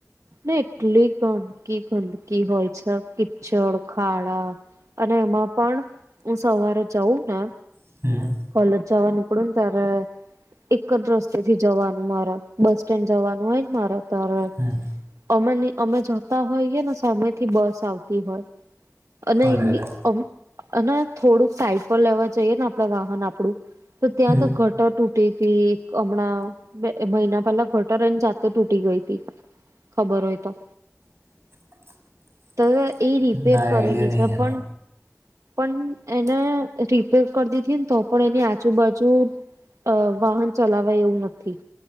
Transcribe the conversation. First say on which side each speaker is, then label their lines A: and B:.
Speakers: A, on the right; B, on the right.
A: ને એટલી ગંદકી ગંદકી હોય છે કિચડ ખાડા અને એમાં પણ હું સવારે જઉં ને
B: <inaudible>
A: કોલેજ જવા નીકળ્યું ને ત્યારે એકજ રસ્તે થી જવાનું મારા બસ સ્ટેન્ડ જવાનું હોયને મારા તારે
B: હમ
A: અમે અમે જતા હોઈએ ને સામે થી બસ. હોય અને
B: અરે
A: દિન
B: રે
A: અને થોડુંક સાઈડ પર લેવા જઈએ ને આપડ વાહન આપડું તો ત્યાં
B: હમ
A: તો ઘટ. ટ તૂટે કે એક હમણાં. બે મહિના પહેલા ઘટર એ જાતે તૂટી ગઈ હતીી ખબર હોય તો.
B: <inaudible>
A: ત એ રિપેર
B: ના
A: કરેલી
B: આઈડિયા નહીં
A: છે
B: એનો
A: પણ. પણ એને રિપેર કરી દીધી ને તો પણ એની આજુબાજુ. અ વાહન ચલાવાય એવું નથી